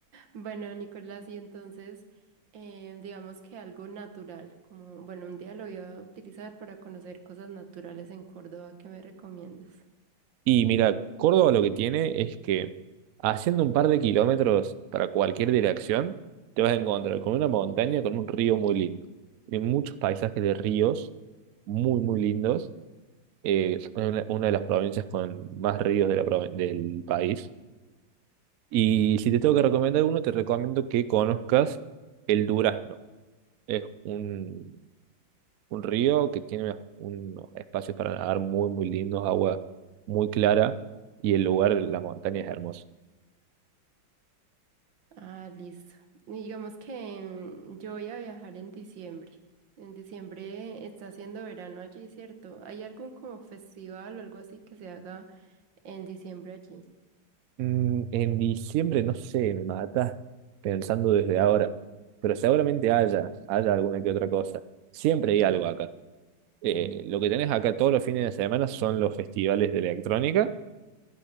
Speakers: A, on the right; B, on the right.
A: Bueno, Nicolás, y entonces, eh, digamos que algo natural, como, bueno, un día lo voy a utilizar para conocer cosas naturales en Córdoba, ¿qué me recomiendas?
B: Y mira, Córdoba lo que tiene es que haciendo un par de kilómetros para cualquier dirección, te vas a encontrar con una montaña, con un río muy lindo. Hay muchos paisajes de ríos muy, muy lindos. Eh, es una, una de las provincias con más ríos de la, prov- del país. Y si te tengo que recomendar uno, te recomiendo que conozcas el Durazno. Es un, un río que tiene una- unos espacios para nadar muy, muy lindos, agua muy clara y el lugar, la montaña es hermosa.
A: Ah, listo. Digamos que mm, yo voy a viajar en diciembre. En diciembre está haciendo verano allí, ¿cierto? ¿Hay algún como festival o algo así que se haga en diciembre allí?
B: Mm, en diciembre, no sé, me mata pensando desde ahora, pero seguramente haya, haya alguna que otra cosa. Siempre hay algo acá. Eh, lo que tenés acá todos los fines de semana son los festivales de electrónica